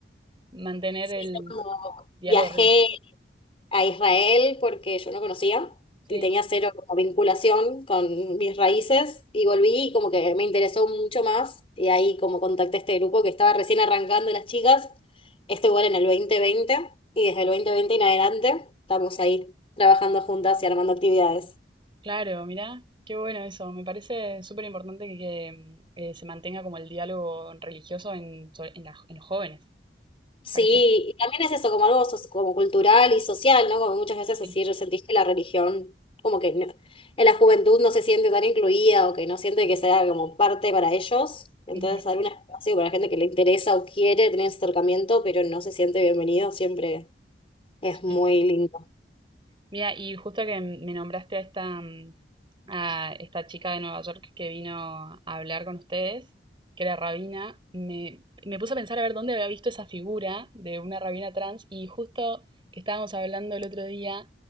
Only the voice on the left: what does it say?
Sí,
yo cuando
viajé
a Israel porque yo no conocía
y tenía cero como vinculación con mis raíces y volví y como que me interesó mucho más y ahí como contacté a este grupo que estaba recién arrancando las chicas, esto igual en el 2020 y desde el 2020 en adelante estamos ahí trabajando juntas y armando actividades.
Sí,
y también es eso, como algo so- como cultural y social, ¿no? Como muchas veces decir,
sentís que la religión, como que no- en la juventud no se siente tan incluida o que no siente que sea como parte para ellos. Entonces,
algún espacio para la gente que le interesa o quiere tener ese acercamiento, pero no se siente bienvenido, siempre es
muy lindo.